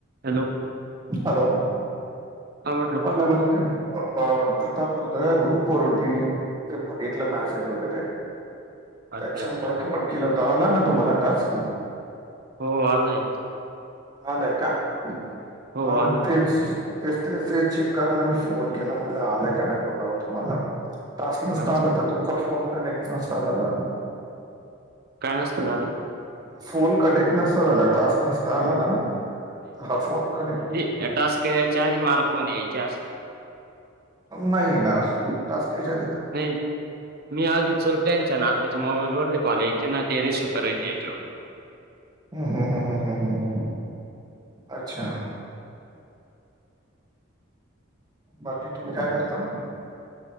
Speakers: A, on the right; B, on the right.
A: Hello
B: hello
A: हा म्हटलं कोण
B: ह नमस्कार प्रथ ग्रुप ववर होती ते बघितलं मेसेज वगैरे त्याच्या
A: अच्छा अच्छा
B: फोन केला होता आला ना तुम्हाला टास्क
A: हो आलंय
B: आलंय का तेच
A: हो आलंय
B: तेच तेच ते चेक करायला मी फोन केला म्हटलं आलाय का नाही कठवर तुम्हाला तस्क नसता
A: अच्छा
B: आला तर तुमचा फोन तर नेक् नसता झाला.
A: काय नसतं झालं
B: फोन कनेक्ट नसता झाला टास् नसता काला ना ह फोन कणे
A: या टास्क या्यायच्या आधी मला फोन यायच्या
B: नाहीये ना तच त्याच्या
A: नाही. मी आधी चुल त्यांच्या ना आ त्याच्या मोबाईल वरली कॉलेजचे ना ते रिसीव करायची
B: हम् हम् हम् हम् हम् हम्.. अच्छा बाकी तुम्ही काय करता